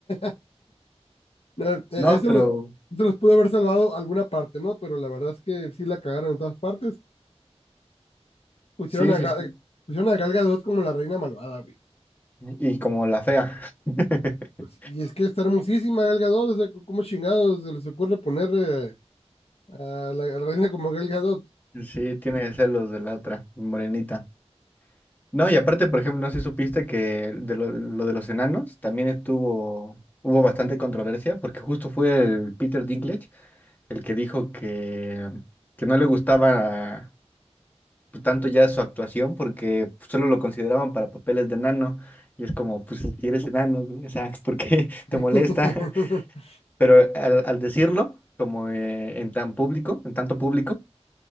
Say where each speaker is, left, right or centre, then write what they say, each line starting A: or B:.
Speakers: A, on the left; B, on the left.
A: <laughs> No, eh, eso,
B: No, pero
A: lo- eso los pudo haber salvado alguna parte, ¿no? Pero la verdad es que sí la cagaron en todas partes. Pusieron
B: sí,
A: a,
B: sí,
A: Ga-
B: sí.
A: pusieron a Gal Gadot como la reina malvada, güey.
B: Y como la fea. <laughs>
A: Pues, y es que está hermosísima Gal Gadot, o sea, c- ¿cómo chingados se les ocurre poner eh, a la, a la reina como Gal Gadot?
B: Sí, tiene que ser los de la otra, morenita. No, y aparte, por ejemplo, no sé si supiste que de lo, lo de los enanos también estuvo, hubo bastante controversia, porque justo fue el Peter Dinklage el que dijo que, que no le gustaba pues, tanto ya su actuación porque solo lo consideraban para papeles de enano. Y es como, pues si eres enano, güey, o sea, ¿por qué <laughs> te
A: <laughs>
B: molesta? Pero al, al decirlo, como eh, en tan público, en tanto público,